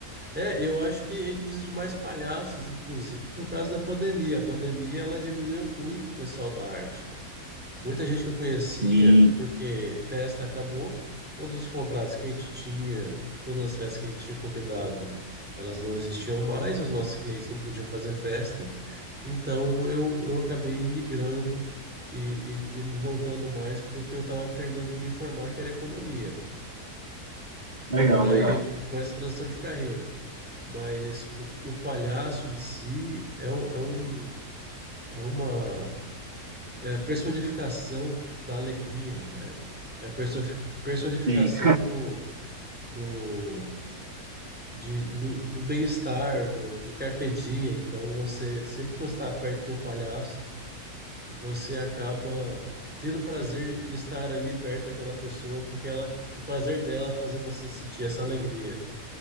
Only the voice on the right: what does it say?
Sim,
legal,
legal.
Sim,